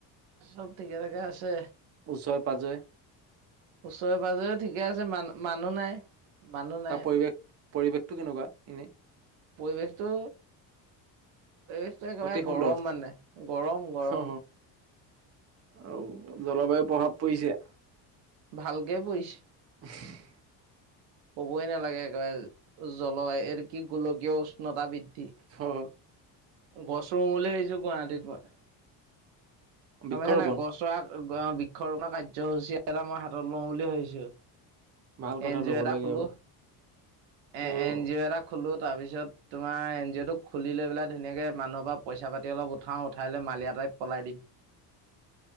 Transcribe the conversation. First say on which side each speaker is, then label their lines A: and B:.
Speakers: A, on the right; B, on the right.
A: চব ঠিকে-থাকে আছে?
B: ওচৰে-পাজৰে
A: ওচৰে পাজৰেও ঠিকে আছে মান মানুহ নাই। মানুহ নাই
B: তাৰ পৰিৱেশ পৰিৱেশটো কেনেকুৱা এনেই?
A: পৰিৱেশটো পৰিৱেশটো একেবাৰে
B: অতি সুন্দৰ
A: গৰম মানে, গৰম গৰম।
B: অ আৰু জলবায়ুৰ প্ৰভাৱ পৰিছে'৷
A: ভালকে পইচে
B: <unintelligible>
A: ক'বই নালাগে একেবাৰে জলবায়ু এইটো কি গোলকীয় উষ্ণতা বৃদ
B: হ'।
A: গছ ৰুম বুলি ভাবিছোঁ গুৱাহাটীত মই।
B: বৃক্ষৰোপন
A: তাৰে হে নাই গছৰা বৃক্ষ ৰোপন কাৰ্যসূচী এটা মই হাতত লওঁ বুলি ভাবিছো
B: ভাল কথা
A: এন জি
B: ল'ব
A: অ' এটা
B: লাগে
A: খোলো
B: এইবোৰ
A: এ
B: এইবোৰ
A: এন জি অ' এটা খোলো তাৰপিছত তোমাৰ এন জি অ'টোক খুলি লৈ পেলাই ধুনীয়াকে মানুহৰ পৰা পইচা পাতি অলপ উঠাও উঠাই লৈ মালিয়া টাই পলাই দিম হে